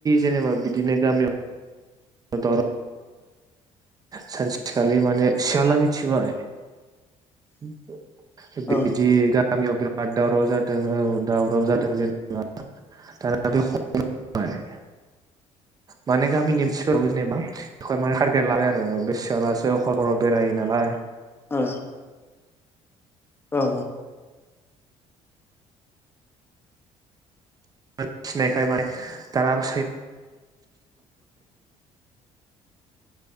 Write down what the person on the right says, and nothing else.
जेनेबा बिदिनो गामियाव <unintelligible> <unintelligible> सानसेखालि माने सियाला मिथिबाय। बिदि
गामियाव बिराद बाद दावराव जादों औ दावराव जादों जेनेबा <unintelligible> माने गामिनि मानसिफोराबो जेनेबा बेखौहाय माने टारगेट लाबाय आरो बे सियालासो ह'र ह'राव बेरायो नालाय।
<unintelligible> सिनायखायो माने दानाबा